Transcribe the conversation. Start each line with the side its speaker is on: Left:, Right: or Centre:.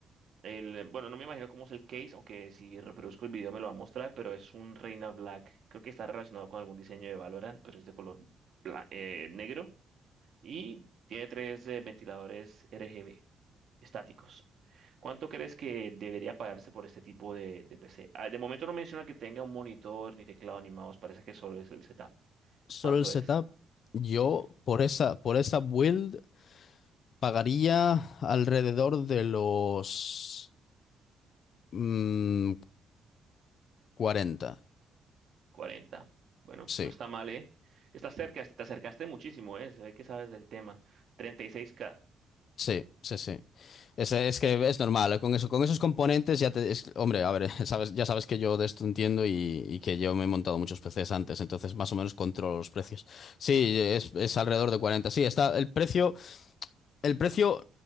Right: El, bueno, no me imagino cómo es el case, aunque si reproduzco el video me lo va a mostrar, pero es un Reina Black. Creo que está relacionado con algún diseño de Valorant, pero es de color bla- eh, negro y tiene tres eh, ventiladores RGB estáticos. ¿Cuánto crees que debería pagarse por este tipo de, de PC? Ah, de momento no menciona que tenga un monitor, ni teclado, ni mouse, parece que solo es el setup.
Left: Solo
Right: ¿Cuánto
Left: el setup,
Right: es?
Left: yo
Right: Ujú,
Left: por esa, por esa build. Pagaría alrededor de los mm, 40.
Right: 40. Bueno,
Left: Sí,
Right: no está mal, ¿eh? Estás cerca, te acercaste muchísimo, ¿eh? Se ve que sabes del tema. Treinta y seis k
Left: sí, sí, sí. Es, es que es normal. ¿eh? Con eso, con esos componentes ya te... es- hombre, a ver, <laughs> sabes, ya sabes que yo de esto entiendo y, y que yo me he montado muchos PCs antes, entonces más o menos controlo los precios. Sí, es, es alrededor de cuarenta Sí, está el precio. El precio,